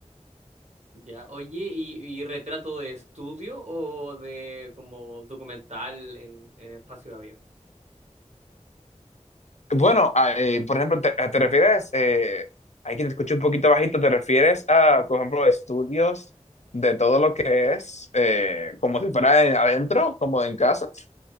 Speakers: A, on the right; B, on the left.
A: Ya, oye, ¿y, y retrato de estudio o de como documental en, en espacio abierto?
B: Bueno, a- eh, por ejemplo, te, te refieres, eh, hay que te escucho un poquito bajito, ¿te refieres a,
A: Mm.
B: por ejemplo, estudios de todo lo que es, eh, como si fuera en- adentro, como en casa?